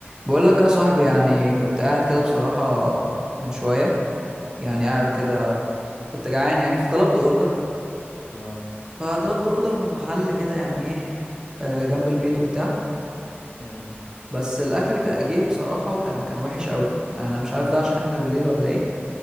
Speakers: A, on the right; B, on the left.
A: بقول لك يا صاحبي يعني كنت قاعد كده بصراحة من شوية يعني
B: امم
A: قاعد كده كنت جعان يعني فطلبت اوردر
B: اه
A: فطلبت اوردر من محل كده يعني ايه آه، جنب البيت وبتاع
B: امم
A: بس الاكل كا- جه بصراحة وكان كان وحش قوي انا مش عارف ده عشان احنا بالليل ولا ايه